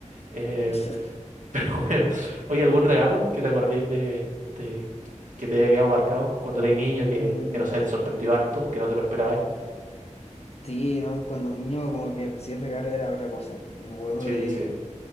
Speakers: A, on the right; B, on the left.
A: Eh,
B: <laughs>
A: <laughs> pero bueno, oye, ¿algún regalo que te acordéis de, de- que te haya quedado marcado cuando eras niño, que,
B: Mm,
A: que no sé, te sorprendió harto, que no te lo esperabais?
B: sí, ¿no? Cuando un niño como que recibir regalo era otra cosa. Y Me acuerdo
A: Sí,
B: de,
A: sí.